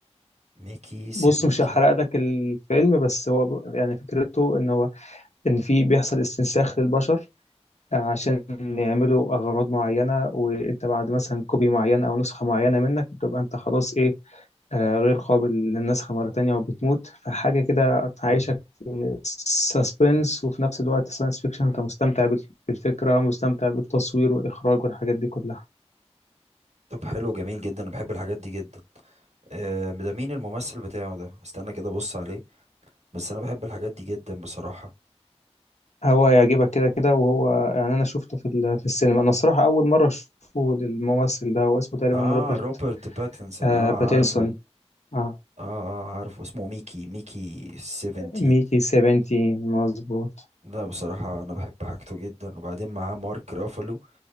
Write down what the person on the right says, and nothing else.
ميكي 17
مم.
طب حلو جميل جدا انا بحب الحاجات دي جدا آه، ده مين الممثل بتاعه ده استنى كده ابص عليه بس انا بحب الحاجات دي جدا بصراحة
اه
روبرت باتنسون
اه
عارفه
اه اه عارفه اسمه ميكي ميكي 17
لا بصراحة أنا بحب حاجته جدا وبعدين معاه مارك رافالو